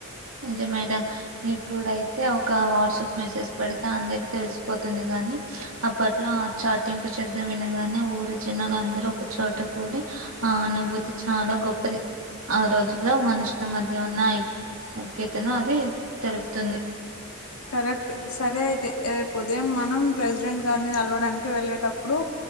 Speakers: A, on the right; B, on the left.
A: నిజమేరా ఇప్పుడైతే ఒక వాట్సప్ మెసేజ్ పెడితే అందరికి తెలిసిపోతుంది గాని అప్పట్లో ఆ చాటింపు శబ్దం వినగానే ఊరి జనాలు అందరు ఒక చోట కూడి ఆ అనుభూతి చాలా గొప్పది ఆ రోజుల్లో మనుషుల మధ్య ఉన్నాయి సంకేతన అది తెలుపుతుంది
B: కరెక్ట్ సరే అయితే రేపు ఉదయం మనం ప్రెసిడెంట్ గారిని కలవడానికి వెళ్ళేటప్పుడు